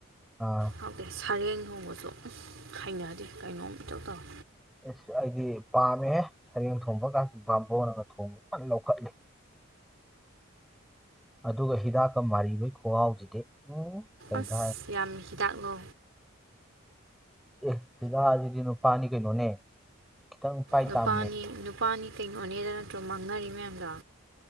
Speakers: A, in the centre; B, on the right.
A: ꯑꯥ
B: ꯍꯥꯎꯇꯦ ꯁꯔꯦꯡ ꯍꯣꯡꯕꯁꯨ ꯍꯩꯅꯗꯦ ꯀꯩꯅꯣꯝ ꯏꯇꯧ ꯇꯧꯔꯦ
A: ꯑꯁ ꯑꯩꯗꯤ ꯄꯥꯝꯃꯦꯍꯦ ꯁꯔꯦꯡ ꯊꯣꯡꯕ ꯀꯥꯁ ꯄꯥꯝꯕꯅꯒ ꯊꯣꯡꯕ ꯐꯟꯅ ꯂꯧꯈꯠꯂꯦ ꯑꯗꯨꯒ ꯍꯤꯗꯥꯛꯀ ꯃꯥꯔꯤꯕꯩ ꯈꯒꯥꯎꯁꯤꯗꯤ ꯎꯝ ꯀꯩꯗ
B: ꯑꯁ
A: ꯍꯥꯏ
B: ꯌꯥꯝ ꯍꯤꯗꯥꯛꯂꯣ
A: ꯑꯦ ꯁꯤꯤꯗꯖꯤꯗꯤ ꯅꯨꯄꯥꯅꯤ ꯀꯩꯅꯣꯅꯦ ꯈꯤꯇꯪ ꯄꯥꯏ
B: ꯅꯨꯄꯥꯅꯤ
A: ꯇꯥꯕꯅꯦ
B: ꯅꯨꯄꯥꯅꯤ ꯀꯩꯅꯣꯅꯦꯗ ꯅꯠꯇ꯭ꯔꯣ ꯃꯥꯡꯅꯔꯤ ꯃꯌꯥꯝꯗꯣ